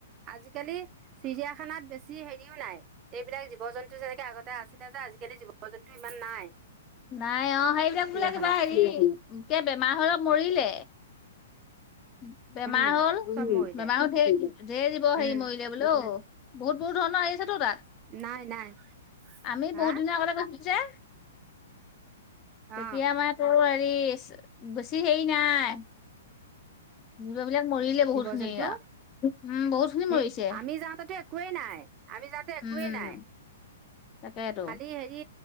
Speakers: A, on the right (about 30°); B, on the left (about 30°).
A: আজি-কালি চিৰিয়াখানাত বেছি হেৰিও নাই। এইবিলাক জীৱ-জন্তু যেনেকে আগতে আছিলে যে। আজি-কালি জীৱ-জন্তু ইমান নাই।
B: নাই অ। সেইবিলাক
A: চিৰিয়াখানাত
B: বোলে কিবা হেৰি <unintelligible> বেমাৰ হৈ হৈ মৰিলে। <unintelligible> বেমাৰ
A: উম
B: হল।
A: চব মৰিলে
B: বেমাৰো ধেৰ ধেৰ জীৱ
A: উম
B: হেৰি মৰিলে বোলে ঔ। বহুত বহুত ধৰণৰ আহিছেতো তাত
A: নাই নাই
B: আমি
A: হা
B: বহুত দিনৰ আগতে গৈছিলো যে তেতিয়া
A: অ
B: আমাৰ তো হেৰি বেছি হেৰি নাই হেবিলাক মৰিলে বহুত
A: জীৱ
B: খিনি
A: জন্তু
B: এ আও উম বহুত খিনি
A: ধে
B: মৰিছে
A: আমি যাওঁতেতো একোৱেই নাই আমি যাওঁতে একোৱেই
B: উম
A: নাই
B: তাকেতো
A: খালি হেৰি